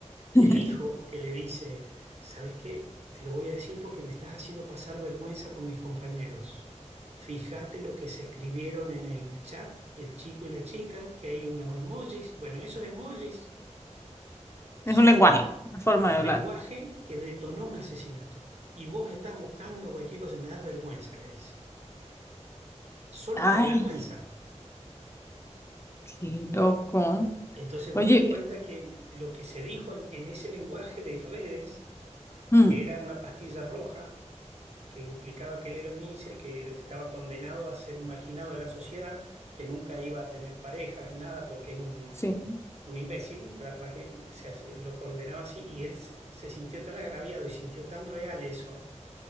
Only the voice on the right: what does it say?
el hijo que le dice, ¿sabes qué? Te lo voy a decir porque me estás haciendo pasar vergüenza con mis compañeros. Fíjate lo que se escribieron en el chat, el chico y la chica, que hay unos emojis. Bueno, esos emojis son
un
lenguaje que detonó un asesinato. Y vos estás buscando cualquier cosa, me das vergüenza, le dice. Solo
por vergüenza.
Entonces vos
te das cuenta que lo que se dijo en en ese lenguaje de redes,
que era una pastilla roja, que implicaba que él era un incel, que estaba condenado a ser un marginado de la sociedad, que nunca iba a tener parejas, nada, porque es un,
un imbécil, ba- baje- o sea, se- lo condenaba así, y él se se sintió tan agraviado y sintió tan real eso,